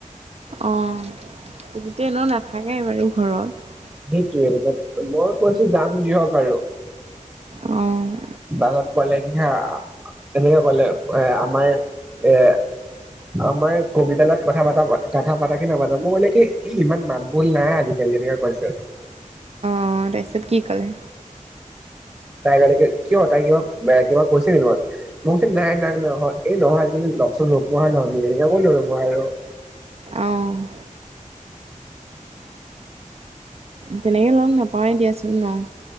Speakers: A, on the right; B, on the right.
A: অ', এতিয়া এনে নাথাকে বাৰু ঘৰত।
B: সেইটোয়ে ক মই কৈছো যাম দিয়ক আৰু।
A: অ-
B: বাছত কলে কি হা এনেকে ক'লে এ আমাৰ এ- আমাৰ কবিতা লগত কথা পা কথা পাতা কি নাপাতা মই মানলে কি ইমান মাত বোল নাই আজিকালি- তেনেকে কৈছে।
A: অ তাৰ পিছত কি ক'লে-
B: তাই কলে কি কিয় তাই কিবা কিবা কৈছে নেকি তোমাক মই কৈছোঁ নাই নাই নাই অহ এই নহয়- লগ চোন নোপোৱা হয় ন আজি কালি সেইবুলি ক'লো আৰু মই আৰু-
A: অঁ- তেনেকৈ লগ নাপাওঁ দিয়া চোন ন-